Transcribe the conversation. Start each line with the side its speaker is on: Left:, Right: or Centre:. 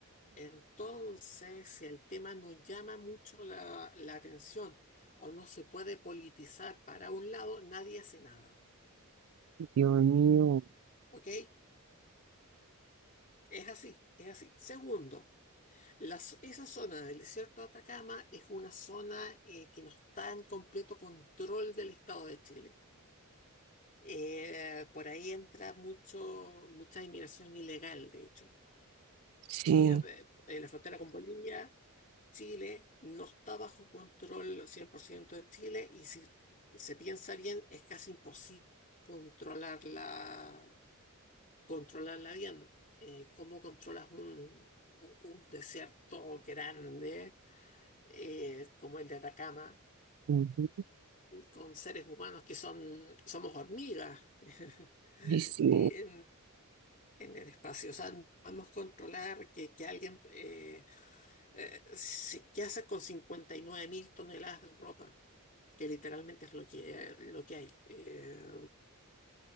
Left: Entonces, si el tema no llama mucho la, la atención o no se puede politizar para un lado, nadie hace nada.
Right: Dios mío.
Left: ¿Ok? Es así, es así. Segundo, la z- esa zona del desierto de Atacama es una zona eh, que no está en completo control del Estado de Chile. Eh, por ahí entra mucho, mucha inmigración ilegal, de hecho.
Right: Sí,
Left: Eh, eh, en la frontera con Bolivia, Chile no está bajo control 100% de Chile y si se piensa bien, es casi imposible controlarla, controlarla bien. Eh, ¿cómo controlas un, un desierto grande eh, como el de Atacama
Right: ujú,
Left: con seres humanos que son, somos hormigas? <laughs>
Right: ay, sí,
Left: En- en el espacio. O sea, no podemos controlar que, que alguien, eh, eh, si- ¿qué hace con 59 mil toneladas de ropa? Que literalmente es lo que, lo que hay. Eh,